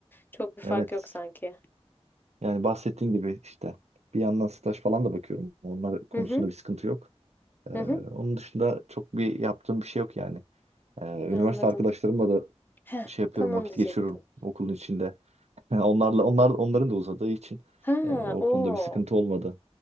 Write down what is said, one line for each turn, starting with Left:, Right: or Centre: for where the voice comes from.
Left: Çok bir fark
Right: Evet.
Left: yok sanki.
Right: Yani bahsettiğin gibi işte bir yandan staj falan da bakıyorum. Onlar konusunda
Left: Hı hı.
Right: bir sıkıntı yok. Ee,
Left: Hı hı.
Right: onun dışında çok bir yaptığım bir şey yok yani. Ee, üniversite
Left: Anladım.
Right: arkadaşlarımla da
Left: Heh,
Right: şey yapıyorum
Left: tam onu
Right: vakit
Left: diyecektim.
Right: geçiriyorum okulun içinde. <laughs> Onlarla onlar onların da uzadığı için
Left: Ha,
Right: e, o
Left: o.
Right: konuda bir sıkıntı olmadı.